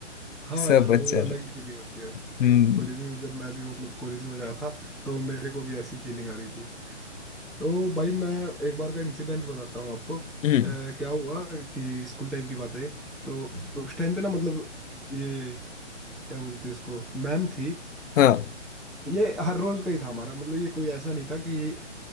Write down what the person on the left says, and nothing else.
सब
अच्छा
था
हम्म
हम्म,
हाँ